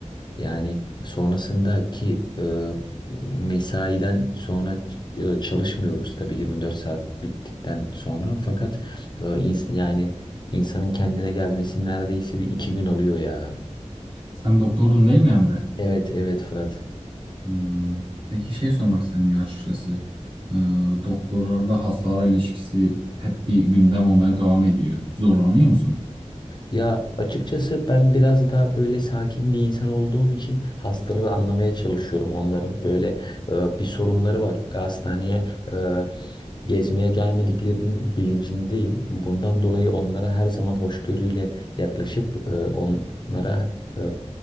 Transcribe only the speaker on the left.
Yani sonrasındaki e, mesaiden sonra e, çalışmıyoruz tabii 24 saat bittikten sonra. Fakat e, ins- yani insanın kendine gelmesi neredeyse bir iki gün alıyor ya.
Evet evet Fırat.
Ya açıkçası ben biraz daha böyle sakin bir insan olduğum için hastaları anlamaya çalışıyorum. Onların böyle e, bir sorunları var. E, Hastaneye e, gezmeye gelmediklerinin bilincindeyim. Bundan dolayı onlara her zaman hoşgörüyle yaklaşıp e, onlara e,